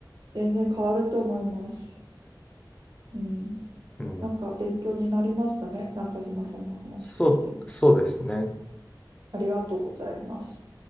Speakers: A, on the right; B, on the left.
A: 全然変わると思います。うん。
B: うん。
A: なんか勉強になりましたね。中島さんのお話聞いて。
B: そう、そうですね。
A: ありがとうございます。